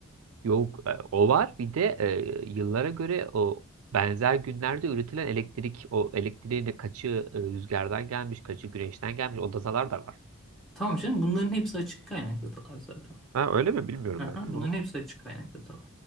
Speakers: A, on the right (about 75°); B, in the centre.
A: Yok e, o var bir de e, yıllara göre o benzer günlerde üretilen elektrik o elektriğin de kaçı e, rüzgardan gelmiş kaçı güneşten gelmiş o datalar da var.
B: Tamam canım bunların hepsi açık kaynak datalar zaten.
A: Ha öyle mi bilmiyorum
B: Aha,
A: ben. Tamam.
B: bunların hepsi açık kaynak datalar.